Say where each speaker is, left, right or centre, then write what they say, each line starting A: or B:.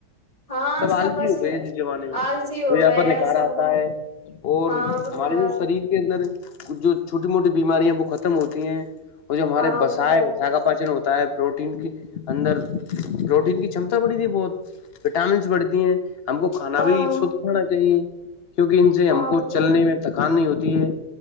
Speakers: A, on the left; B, on the left.
A: ہاں
B: سب آلجی
A: بس
B: ہو گئی ج زمانے میں
A: آلسی ہو
B: جو یہاں
A: گئے
B: پر نکارا
A: ہے سب
B: آتا
A: کو
B: ہے اور
A: ہاں وہ
B: ہمارے
A: تو ہے
B: جو شریر کے اندر جو چھوٹی موٹی بیمارییاں وہ ختم ہوتی ہیں اور جو ہمارے
A: ہاں
B: بسائے
A: وہ تو ہے
B: بسا کا پاچن ہوتا ہے پروٹین کے اندر پروٹین کی چمتا پڑ ت بہت وٹامنس بڑھتی ہیں ہم کو کھانا
A: ہاں
B: بھی شھ کھانا چاہیے کیونکہ ان سے
A: ہاں
B: ہم کو
A: وہ تو
B: چلنے
A: ہے
B: میں تھکان نہیں ہوتی ہے